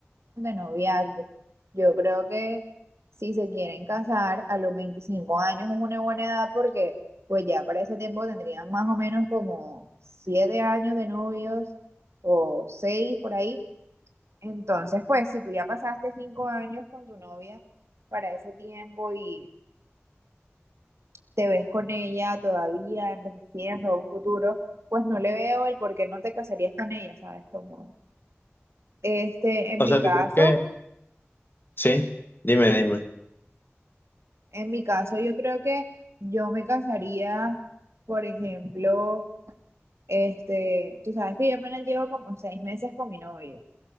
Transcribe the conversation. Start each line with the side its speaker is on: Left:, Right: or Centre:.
Right: de noviazgo. Yo creo que si se quieren casar a los 25 años es una buena edad porque pues ya para ese tiempo tendrían más o menos como siete años de novios o seis por ahí. Entonces, pues, si tú ya pasaste cinco años con tu novia para ese tiempo y te ves con ella todavía envejeciendo un futuro, pues no le veo el por qué no te casarías con ella, ¿sabes? Como, este, en
Left: O
Right: mi
Left: sea,
Right: caso,
Left: ¿tú crees que...? Sí, dime, dime.
Right: en mi caso, yo creo que yo me casaría, por ejemplo, este, tú sabes que yo apenas llevo como seis meses con mi novio.